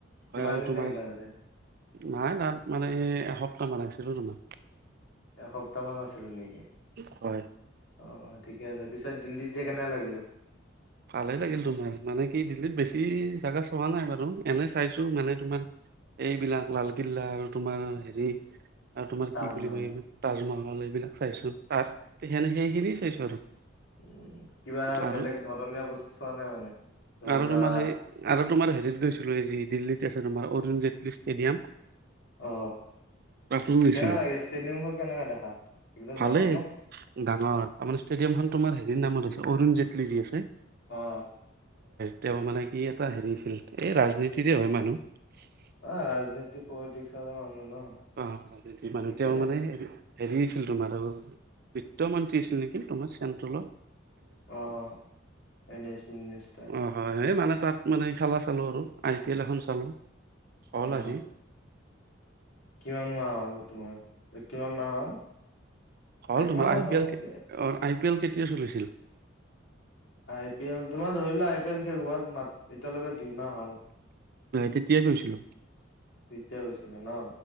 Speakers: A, on the left; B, on the right.
A: কিমান
B: আৰু
A: দিন
B: তোমাৰ
A: থাকিলা তাতে
B: নাই তাত মানে এই এসপ্তাহ মান আছিলো তোমাৰ
A: এসপ্তাহ মান আছিলি নেকি
B: হয়
A: অ ঠিকে আছে পিছত দিল্লীত যায় কেনে লাগিল
B: ভালে লাগিল তোমাৰ মানে কি দিল্লীত বেছি জাগা চোৱা নাই বাৰু এনে চাইছো মানে তোমাৰ এইবিলাক লালকিল্লা আৰু তোমাৰ হেৰি আৰু তোমাৰ
A: তাজমহল
B: কি বুলি কয় এই তাজমহল এইবিলাক চাইছো তাজ সেনেকে সেই খিনিয়েই চাইছো আৰু
A: উম কিবা
B: আৰু
A: বেলেগ ধৰণীয়া বস্তু চোৱা নাই মানে। ধৰি
B: আৰু
A: লোৱা
B: তোমাৰ সেই আৰু তোমাৰ হেৰিত গৈছিলো হেই দিল্লীত তোমাৰ অৰুণ জেটলী। ষ্টেডিয়াম,
A: অ
B: তাতো গৈছিলো
A: কেনে লাগিল ষ্টেডিয়ামখন কেনেকা দেখাত একদম
B: ভালেই
A: ডাঙৰ ন
B: ডাঙৰ তাৰমানে ষ্টেডিয়াম খন তোমাৰ হেৰি নাম আৰু অৰুণ জেটলী যি আছে।
A: অ অ।
B: তেওঁ মানে কি এটা হেৰিছিল, এই ৰাজনীতিৰে হয় মানুহ।
A: অ ৰাজনীতি পলিটিক্স ৰ মানুহ ন।
B: অ মানুহ
A: ঠিকে
B: এতিয়া মানে। হেৰি আছিল তোমাৰ আৰু, বিত্তমন্ত্ৰী আছিল নেকি তোমাৰ চেণ্ট্ৰেলৰ।
A: অ ফাইনেন্স মিনিষ্টাৰ।
B: অ হয় এই মানে তাত মানে খেলা চালো আৰু আই পি এল এখন চালো। ক
A: অ
B: লাগি,
A: কিমান মাহ হল তোমাৰ, কিমান মাহ হল?
B: হল
A: একমাহ
B: তোমাৰ আই
A: মান হ'ল
B: পি এল,
A: নেকি
B: অঁ I P L. I P L কেতিয়া চলিছিল?
A: আই পি এল তোমাৰ ধৰি লোৱা, আই পি এল শেষ হোৱা তোমাৰ এতিয়ালৈকে দুইমাহ হল।
B: তেতিয়া গৈছিলো
A: তেতিয়া হৈছিলে ন।